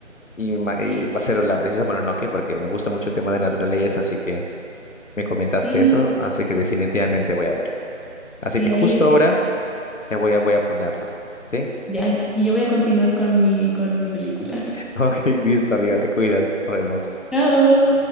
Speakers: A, on the left; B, in the centre.
A: Y, ma- y
B: Ge-
A: va a ser la princesa Mononoke, porque me gusta mucho el tema de naturaleza, así que me comentaste
B: sí,
A: eso, así que definitivamente voy a verla. Así
B: sí,
A: que justo
B: ahí.
A: ahora ya voy a, voy a ponerla, ¿sí? <laughs>
B: Ya, y yo voy a continuar con mi, con mi película. <laughs>
A: Ok, listo, amiga, te cuidas. Nos vemos.
B: Chao.